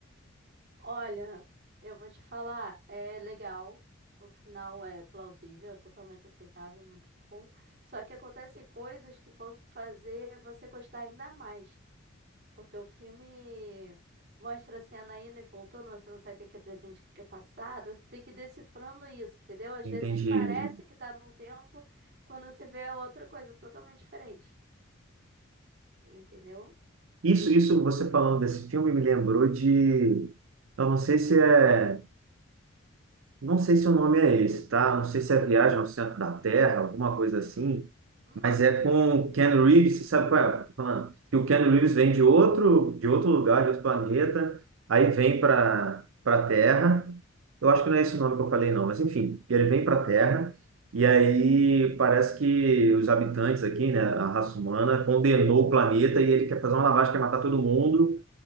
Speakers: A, on the right; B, on the right.
A: Olha, eu vou te falar, é legal, o final é plausível, é totalmente aceitável, muito bom. Só que acontecem coisas que vão fazer você gostar ainda mais, porque o filme mostra a cena indo e voltando, você não sabe o que que é presente, o que que é passado, você tem que ir decifrando isso, entendeu? Às
B: Entende?
A: vezes parece que tá num tempo, quando você vê é outra coisa totalmente diferente, entendeu?
B: Isso, isso, você falando desse filme me lembrou de, eu não sei se é, não sei se o nome é esse, tá? Não sei se é Viagem ao Centro da Terra, alguma coisa assim,
A: Hum,
B: mas é com o Ken Reeves, você sabe qual é? que eu Tô falando que o Ken Reeves vem de outro, de outro lugar, de outro planeta, aí vem para para Terra. Eu acho que não é esse o nome que eu falei não, mas enfim, ele vem para Terra e aí parece que os habitantes aqui, né, a raça humana condenou o planeta e ele quer fazer uma lavagem, quer matar todo mundo